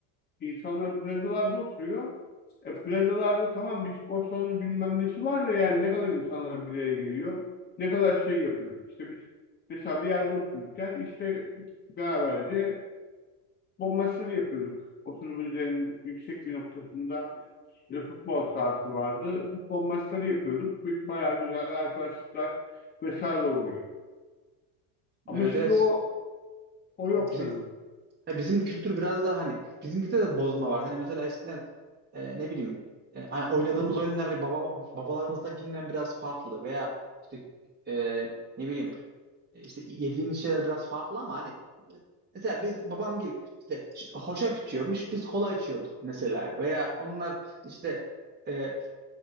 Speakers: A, on the left (about 20°); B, on the right (about 20°).
A: İnsanlar plazalarda oturuyor. E, plazalarda tamam bir spor salonu bilmem nesi var da yani ne kadar insanlar bir araya geliyor. Ne kadar şey yapıyor. İşte biz mesela bir yerde otururken işte beraberce futbol maçları yapıyorduk. Oturumuzun yüksek bir noktasında bir futbol sahası vardı. Futbol maçları yapıyorduk. Bu Bayağı güzel arkadaşlıklar vesaire oluyor. Ama
B: Evet
A: şimdi
B: evet.
A: o o
B: Bizim
A: yok sanırım.
B: Ha, bizim kültür biraz daha hani bizimkide de bozma vardı. Hani mesela eskiden e, ne bileyim e, hani oynadığımız oyunlar hani baba, babalarımızdakinden biraz farklı veya işte e, ne bileyim e, işte yediğimiz şeyler biraz farklı ama hani e, mesela biz babam gibi işte ş- hoşaf içiyormuş biz kola içiyorduk mesela veya onlar işte e,